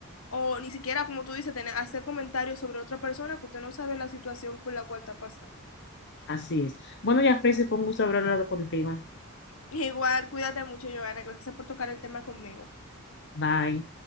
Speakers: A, on the left; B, on the left.
A: o ni siquiera, como tú dices, tener, hacer comentarios sobre otra persona que usted no sabe la situación por la cual está pasando.
B: así es. Bueno, ya, Tracy, fue un gusto haber hablado contigo,
A: Igual, cuídate mucho, Giovanna, gracias por tocar el tema conmigo.
B: bye.